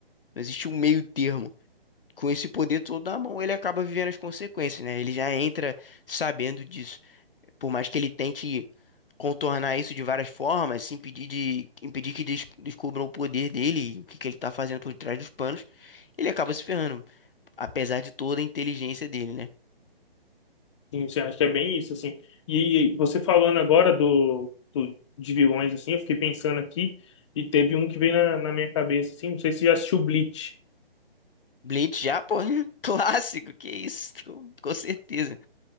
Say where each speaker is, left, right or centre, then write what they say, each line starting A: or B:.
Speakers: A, on the left; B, on the left.
A: não existe um meio termo. Com esse poder todo na mão, ele acaba vivendo as consequências, né? Ele já entra sabendo disso. Por mais que ele tente contornar isso de várias formas, se impedir de impedir que des- descubram o poder dele, e o que que ele tá fazendo por trás dos panos, ele acaba se ferrando, apesar de toda a inteligência dele, né?
B: Sim, Você acha que é bem isso, assim. E você falando agora do, do, de vilões, assim, eu fiquei pensando aqui e teve um que veio na, na minha cabeça, assim, não sei se você já assistiu Bleach.
A: Blade já, pô, <laughs> clássico, que isso, com, com certeza.